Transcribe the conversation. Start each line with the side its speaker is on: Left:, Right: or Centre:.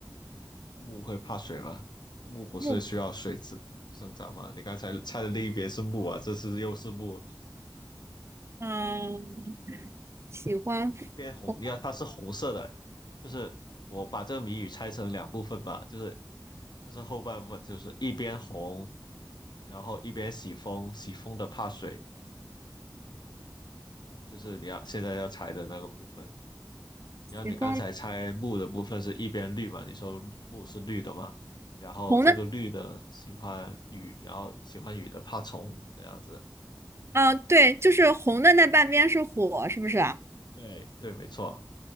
Left: 木会怕水吗？木不是需要水生生长吗？
Right: 木，
Left: 你刚才猜的另一边是木啊，这次又是木，
Right: 嗯，喜欢
Left: 一边红，
Right: 风
Left: 你看它是红色的，就是我把这个谜语拆成两部分吧，就是就是后半部分就是一边红，然后一边喜风，喜风的怕水，就是你要现在要猜的那个部分。然后你刚才猜木的部分是一边绿嘛？
Right: 喜欢
Left: 你说木是绿的嘛？然后这个绿的喜欢雨，
Right: 红的，
Left: 然后喜欢雨的怕虫，这样子。
Right: 啊，对，就是红的那半边是火，是不是啊
Left: 对对，没错。